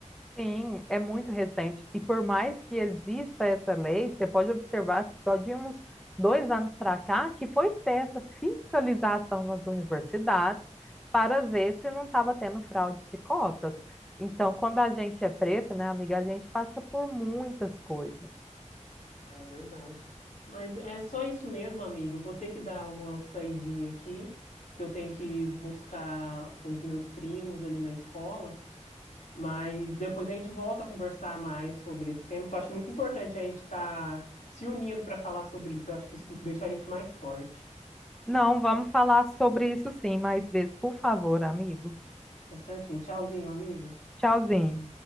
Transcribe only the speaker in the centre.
Sim, é muito recente. E por mais que exista essa lei, você pode observar que só de uns dois anos para cá que foi ter essa fiscalização nas universidades para ver se não estava tendo fraude de cotas. Então, quando a gente é preto, né, amiga, a gente passa por muitas coisas.
Não, vamos falar sobre isso sim mais vezes, por favor, amigo.
Tchauzinho.